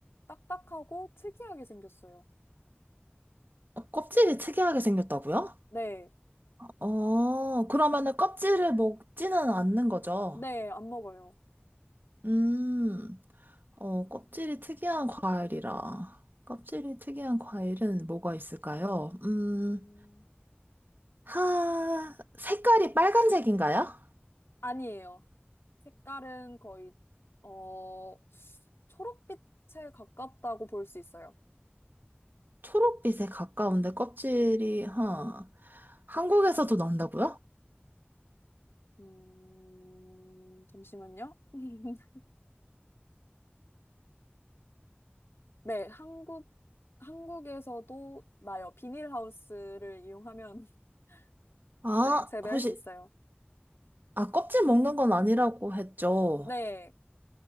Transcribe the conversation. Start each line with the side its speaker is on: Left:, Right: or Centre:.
Left: 딱딱하고 특이하게 생겼어요.
Right: 어, 껍질이 특이하게 생겼다고요?
Left: 네,
Right: 어, 그러면은 껍질을 먹지는 않는 거죠?
Left: 네, 안 먹어요.
Right: 음. 어, 껍질이 특이한 과일이라. 껍질이 특이한 과일은 뭐가 있을까요? 음,
Left: 음,
Right: 하, 색깔이 빨간색인가요?
Left: 아니에요. 색깔은 거의 어, 초록빛에 가깝다고 볼 수 있어요.
Right: 초록빛에 가까운데 껍질이, 하, 한국에서도 난다고요?
Left: 음, 잠시만요. <laughs> 네, 한국, 한국에서도 나요. 비닐하우스를 이용하면, <laughs>
Right: 아,
Left: 네, 재배할
Right: 혹시,
Left: 수 있어요.
Right: 아, 껍질 먹는 건 아니라고 했죠.
Left: 네,